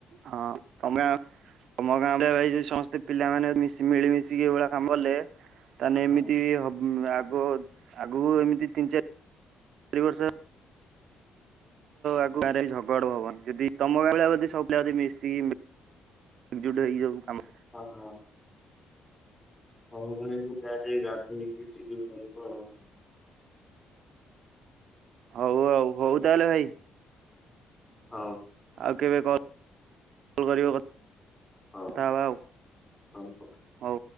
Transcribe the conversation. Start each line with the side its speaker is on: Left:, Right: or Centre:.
Right: ହଁ ତମେ ତମ ଗାଁରେ ଭାଇ ଜଦି ସମସ୍ତେ ପିଲାମାନେ ମିଶ ମିଳିମଶିକି ଏଇଭଳିଆ କାମ କଲେ ତା ହେନେ
Left: ହଁ
Right: ଏମିତି ହ ଆଗ ଆଗକୁ ଏମତି ତିନି ଚାରି ଚାରି ବର୍ଷ ଆଗ ଗାଁରେ ଝଗଡ଼ା ହବନି ଯଦି ତମ ଗାଁଭଳିଆ ଯଦି ସବୁ ପିଲା ଯଦି ମିଶିକି ଏକଜୁଟ ହେଇକି ସବୁ କାମ
Left: ଓହୋ। ହଁ ଭାଇ ମୁଁ ଯାଏ ଟିକେ ଗାଧେଇକି ଯିବି ଘରକୁ ଆଉ।
Right: ହଉ ଆଉ ହଉ ତାହେଲେ ଭାଇ।
Left: ହଉ।
Right: ଆଉ କେବେ କଲ କରିବ କଥା
Left: ହଉ
Right: ହେବା ଆଉ।
Left: ହଉ ମୁଁ କ
Right: ହଉ।